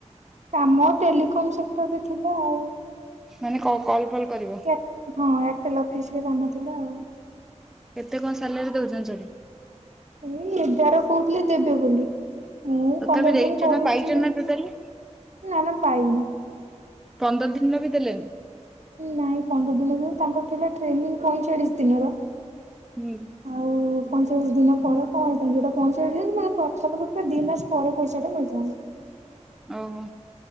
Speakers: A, on the right; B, in the centre.
A: କାମ ଟେଲିକମ ସେକ୍ଟରରେ ଥିଲା ଆଉ।
B: ମାନେ କ-କଲ ଫଲ୍ କରିବ?
A: ଏ ହଁ ଏୟାରଟେଲ ଅଫିସ ରେ କାମ ଥିଲା ଆଉ।
B: କେତେ କଣ ସାଲାରୀ ଦଉଚନ୍ତି ସେଠି?
A: ଏଇ ଏଗାର କହୁଥିଲେ ଦେବେ ବୋଲି ମୁଁ
B: ତଥାପି
A: ପନ୍ଦର
B: ଦେଇଛ
A: ଦିନ୍ କରିଚି।
B: ନା ପାଇଛ ନା ଟୋଟାଲି
A: ନାଁ ନା ପାଇନି।
B: ପନ୍ଦର ଦିନର ବି ଦେଲେନି।
A: ନାଇଁ ପନ୍ଦର ଦିନ ଦିନ ତାଙ୍କର ଥିଲା ଟ୍ରେନିଂ ପଇଁଚାଳିଶ ଦିନର।
B: ହୁଁ।
A: ଆଉ ପଇଁଚାଳିଶ ଦିନ ପରେ କଣ ହେଇଥାନ୍ତା ଯୋଉଟା ପଇଚାଳିଶ ଦିନ ମାନେ ପାଖାପାଖି ଦିମାସ ପରେ ପଇସାଟା ମିଳିଥାନ୍ତା।
B: ଓହୋ